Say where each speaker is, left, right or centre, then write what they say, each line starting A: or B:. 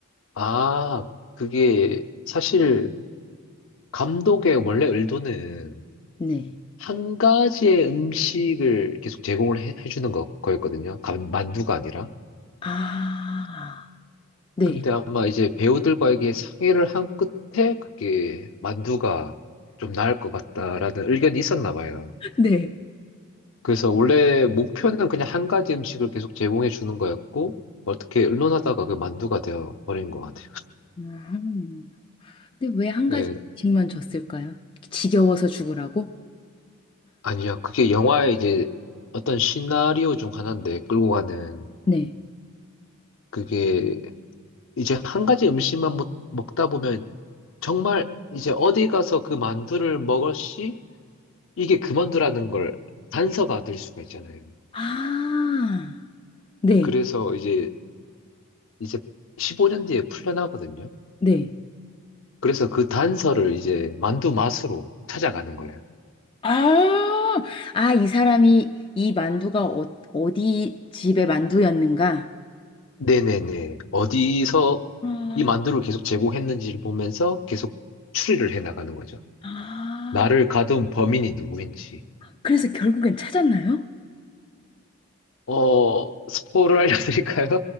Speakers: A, on the left; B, on the left.
A: 아, 그게 사실 감독의 원래 의도는
B: 네.
A: 한 가지의 음식을 계속 제공을 해, 해주는 거, 거였거든요. 감- 만두가 아니라.
B: 아, 네.
A: 근데 아마 이제 배우들과에게 상의를 한 끝에 그게 만두가 좀 나을 것 같다라는 의견이 있었나 봐요.
B: <laughs> 네.
A: 그래서 원래 목표는 그냥 한 가지 음식을 계속 제공해 주는 거였고, 어떻게 의논하다가 그 만두가 되어 버린 것 같아요.
B: 음. 근데 왜 한
A: 네,
B: 가지 씩만 줬을까요? 지겨워서 죽으라고?
A: 아니야. 그게 영화의 이제 어떤 시나리오 중 하나인데, 끌고 가는.
B: 네.
A: 그게 이제 한 가지 음식만 먹, 먹다 보면 정말 이제 어디 가서 그 만두를 먹을 시 이게 그 만두라는 걸 단서가 될 수가 있잖아요.
B: 아, 네.
A: 그래서 이제, 이제 15년 뒤에 풀려나거든요.
B: 네.
A: 그래서 그 단서를 이제 만두 맛으로 찾아가는 거예요.
B: 아, 아, 이 사람이 이 만두가 어, 어디 집의 만두였는가?
A: 네네네. 어디서
B: 아,
A: 이 만두를 계속 제공했는지를 보면서 계속 추리를 해 나가는 거죠.
B: 아,
A: 나를 가둔 범인이 누구인지.
B: 그래서 결국엔 찾았나요?
A: 어, 스포를 알려드릴까요?